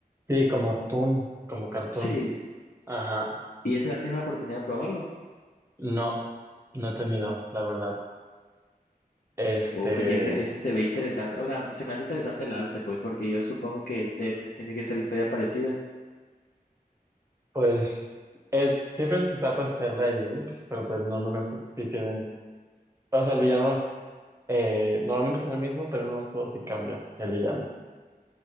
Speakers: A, on the right; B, on the left.
A: Sí, como Toon, como Cartoon.
B: Sí,
A: Ajá.
B: Y ese vas a tener la oportunidad de probarlo.
A: No, no he tenido, la verdad. Este.
B: O porque ese, ese se ve interesante. O sea, se me hace interesante el arte, pues, porque yo supongo que te- te- tiene que ser la historia parecida.
A: Pues eh, siempre se está pues Zelda y Link, pero pues normalmente sí tienen, o sea, el villano eh, normalmente es el mismo, pero en unos juegos sí cambia el villano.